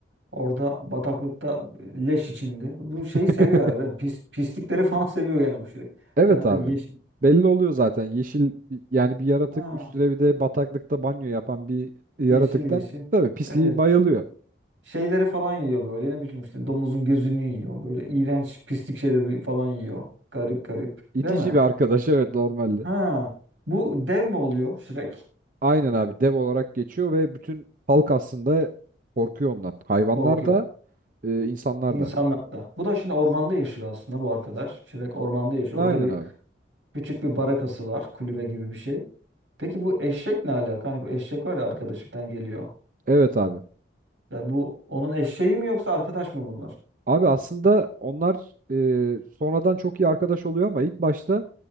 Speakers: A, on the right; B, on the right.
A: orada bataklıkta leş içinde. Bu şeyi
B: <laughs>
A: seviyor arada. Pis, pislikleri <laughs> falan seviyor yani bu Şirek.
B: Evet
A: Zaten
B: abi.
A: yeşil.
B: Belli oluyor zaten. Yeşil bir- yani bir yaratık
A: Ha,
B: üstüne bir de bataklıkta banyo yapan bir yaratıktan
A: yeşil yeşil.
B: tabii pisliği
A: Evet.
B: bayılıyor.
A: Şeyleri falan yiyor böyle. Ne bileyim işte domuzun gözünü yiyor. Böyle iğrenç pislik şeyleri falan yiyor. Garip garip.
B: İtici
A: Değil mi?
B: bir arkadaş <laughs> evet normalde.
A: Ha, bu dev mi oluyor Shrek?
B: Aynen abi dev olarak geçiyor ve bütün halk aslında korkuyor ondan. Hayvanlar
A: Korkuyor
B: da e, insanlar
A: insanlarda.
B: da.
A: Bu da şimdi ormanda yaşıyor aslında bu arkadaş. Shrek ormanda yaşıyor.
B: Aynen
A: Orada bir
B: abi.
A: küçük bir barakası var, kulübe gibi bir şey. Peki bu eşek ne alaka? Hani bu eşek var ya arkadaşımdan geliyor.
B: Evet abi.
A: Ya bu onun eşeği mi yoksa arkadaş mı bunlar?
B: Abi aslında onlar e, sonradan çok iyi arkadaş oluyor ama ilk başta